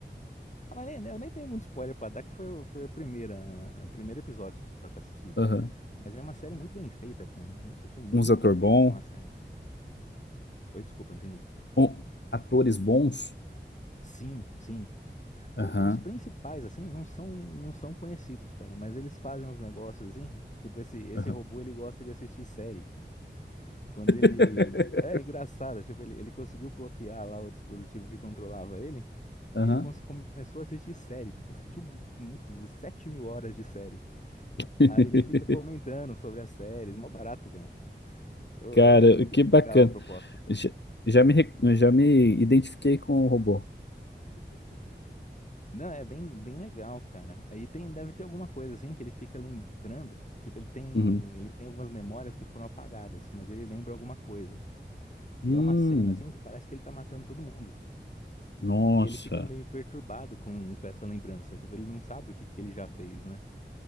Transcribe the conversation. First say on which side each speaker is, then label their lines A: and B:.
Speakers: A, on the left; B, on the left.
A: Ah, mas nem, né, eu nem tenho muito spoiler pra dar, que foi, o- foi a primeira, o primeiro episódio só que eu assisti.
B: Aham.
A: Mas é uma série muito bem feita, cara. Nossa, eu achei muito
B: Uns ator
A: bem feita
B: bom,
A: pra uma série. Oi, desculpa, não entendi.
B: um- atores bons.
A: Sim, sim. O-
B: Aham,
A: os principais, assim, não são, não são conhecidos, cara, mas eles fazem uns negócios, assim. Tipo, esse, esse
B: aham,
A: robô, ele gosta de assistir série. Quando
B: <laughs>
A: ele. É engraçado, tipo, ele, ele conseguiu bloquear lá o dispositivo que controlava ele,
B: aham.
A: e ele cons- começou a assistir série, tipo, assistiu muito, 7 mil horas de série.
B: <laughs>
A: Aí ele fica comentando sobre as séries, mó barato, cara. Eu,
B: Cara,
A: eu achei muito
B: que bacana.
A: legal a proposta.
B: Já, já me, re- já me identifiquei com o robô.
A: Não, é bem, bem legal, cara. Aí tem, deve ter alguma coisa assim que ele fica lembrando. Tipo, ele tem,
B: Uhum.
A: ele tem algumas memórias que foram apagadas, mas ele lembra alguma coisa.
B: Hum,
A: E é uma cena assim que parece que ele tá matando todo mundo.
B: nossa.
A: E ele fica meio perturbado com, com essa lembrança. Tipo, ele não sabe o que, que ele já fez, né?